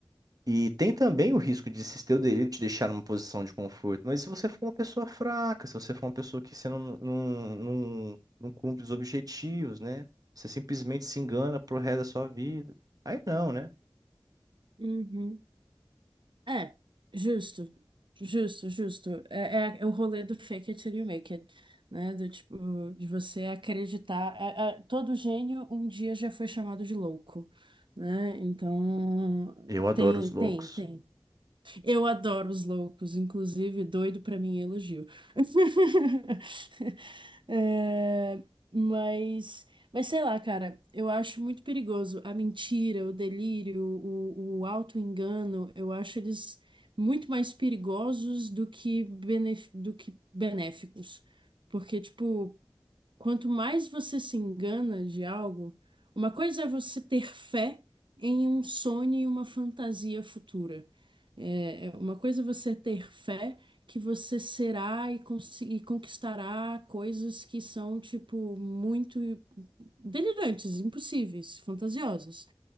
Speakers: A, on the right; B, on the right.
A: E tem também o risco de esse teu delírio te deixar numa posição de conforto. Mas se você for uma pessoa fraca, se você for uma pessoa que você não, não, não, não cumpre os objetivos, né? Você simplesmente se engana pro resto da sua vida. Aí não, né?
B: uhum. É, justo. Justo, justo. É, é o rolê do fake it till you make it, né? Do tipo, de você acreditar. É- é- todo gênio um dia já foi chamado de louco, né? Então,
A: Eu adoro
B: tem,
A: os loucos.
B: tem, tem. Eu adoro os loucos, inclusive, doido pra mim é elogio. <laughs> É, mas, mas sei lá, cara, eu acho muito perigoso a mentira, o delírio, o, o auto-engano. Eu acho eles muito mais perigosos do que, benef- do que benéficos. Porque, tipo, quanto mais você se engana de algo, uma coisa é você ter fé em um sonho e uma fantasia futura. É, é uma coisa é você ter fé que você será e, cons- e conquistará coisas que são, tipo, muito delirantes, impossíveis, fantasiosas.